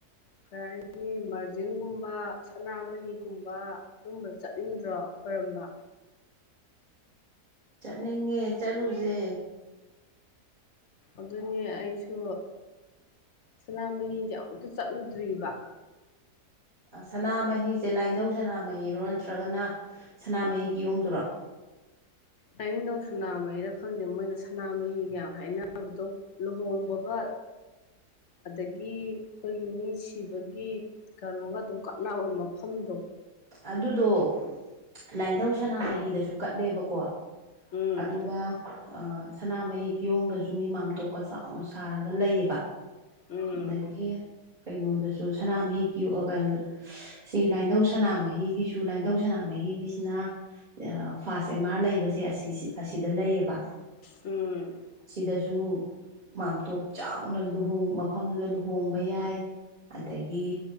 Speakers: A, on the left (about 55°); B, on the right (about 30°).
A: ꯀꯩ ꯍꯥꯏꯅꯤ ꯃꯤ ꯃꯥꯔꯖꯤꯡꯒꯨꯝꯕ ꯁꯅꯥꯃꯍꯤꯒꯨꯝꯕ ꯑꯗꯨꯝꯕꯗ ꯆꯠꯅꯤꯡꯗ꯭ꯔꯣ ꯈꯣꯏꯔꯝꯕ
B: ꯆꯠꯅꯤꯡꯉꯦ ꯆꯠꯂꯨꯖꯦ
A: ꯑꯗꯨꯅꯦ ꯑꯩꯁꯨ ꯁꯟꯅꯥ ꯃꯍꯤꯁꯦ ꯑꯃꯨꯛꯇ ꯆꯠꯂꯨꯗ꯭ꯔꯤꯕ
B: ꯑ ꯁꯅꯥꯃꯍꯤꯁꯦ ꯂꯥꯏꯟꯙꯧ ꯁꯅꯥꯃꯍꯤꯔꯣ ꯅꯠꯇ꯭ꯔꯒꯅ ꯁꯅꯥꯃꯍꯤ ꯀꯤꯌꯣꯡꯗꯨꯔꯣ
A: ꯂꯥꯏꯅꯤꯡꯊꯧ ꯁꯅꯥꯃꯍꯤꯔ ꯈꯪꯗꯦ ꯃꯣꯏꯅ ꯁꯅꯥꯃꯍꯤꯒꯌꯥ ꯍꯥꯏꯅꯕꯗꯣ ꯂꯨꯍꯣꯡꯕꯒ ꯑꯗꯒꯤ ꯈꯣꯏꯒꯤ ꯃꯤ ꯁꯤꯕꯒꯤ ꯀꯅꯣꯒ ꯑꯗꯨꯝ ꯀꯥꯠꯅꯕ ꯃꯐꯝꯗꯣ
B: ꯑꯗꯨꯗꯣ ꯂꯥꯏꯟꯊꯧ ꯁꯅꯥꯃꯍꯤꯗꯁꯨ ꯀꯠꯂꯦꯕꯀꯣ
A: ꯎꯝ
B: ꯑꯗꯨꯒ ꯑ ꯁꯅꯥꯃꯍꯤ ꯀꯤꯌꯣꯡꯗꯁꯨ ꯃꯤ ꯃꯥꯝꯇꯣꯞꯀ ꯆꯥꯎꯅ ꯁꯥꯔꯒ ꯂꯩꯌꯦꯕ
A: ꯎꯝ
B: ꯑꯗꯒꯤ ꯀꯩꯅꯣꯗꯁꯨ ꯁꯅꯥꯃꯍꯤꯀꯤ ꯑꯣ ꯒꯜ ꯁꯤ ꯂꯥꯏꯟꯙꯧ ꯁꯟꯅꯥꯃꯍꯤꯒꯤꯁꯨ ꯂꯥꯏꯟꯙꯧ ꯁꯅꯥꯃꯍꯤꯒꯤꯁꯤꯅ ꯇꯦꯑ ꯐꯥꯁ ꯑꯦꯝ ꯑꯥꯔ ꯂꯩꯕꯁꯦ ꯑꯁꯤ ꯁꯤ ꯑꯁꯤꯗ ꯂꯩꯌꯦꯕ
A: ꯎꯝ
B: ꯑꯁꯤꯗꯁꯨ ꯃꯥꯝꯇꯣꯞ ꯆꯥꯎꯅ ꯂꯨꯍꯣꯛ ꯃꯐꯝꯗꯨꯗ ꯂꯨꯍꯣꯡꯕ ꯌꯥꯏ ꯑꯗꯒꯤ